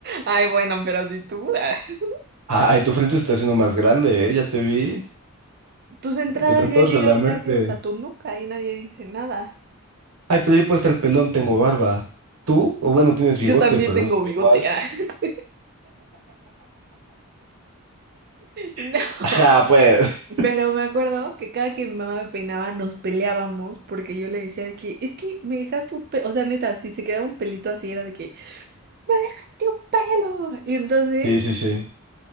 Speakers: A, on the right (about 45°); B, on the right (about 90°).
A: Ay, bueno, pero si tú. <laughs>
B: Ay, tu frente se está haciendo más grande, ¿eh? Ya te vi.
A: Tus entradas
B: De tanto
A: ya llegan
B: relamerte.
A: casi hasta tu nuca y nadie dice nada.
B: Ay, pero yo puedo estar pelón, tengo barba. ¿Tú? O bueno, tienes
A: Yo
B: bigote,
A: también
B: pero
A: tengo
B: no se ve
A: bigote.
B: igual.
A: ah. <laughs> No,
B: <laughs> Ajá, pues.
A: pero me acuerdo que cada que mi mamá me peinaba nos peleábamos porque yo le decía de que es que me dejaste un pelo, o sea, neta, si se quedaba un pelito así era de que me dejaste un pelo. Y entonces
B: Sí, sí, sí.